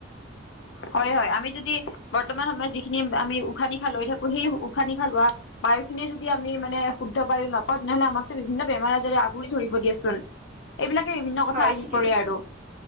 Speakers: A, on the left; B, on the right.
A: হয় হয়। আমি যদি বৰ্তমান সময়ত যিখিনি আমি উশাহ নিশা লৈ থাকো সেই উশাহ নিশা লোৱা বায়ু। নে যদি আমি মানে শুদ্ধ বায়ু নাপাওঁ। তেনেহ'লে আমাকতো বিভিন্ন বেমাৰ আজাৰৰে আগুৰি ধৰিব দিয়েচোন। এইবিলাকে বিভিন্ন কথা
B: হয়
A: আহি
B: ঠিকেই
A: পৰে
B: কৈছা
A: আৰু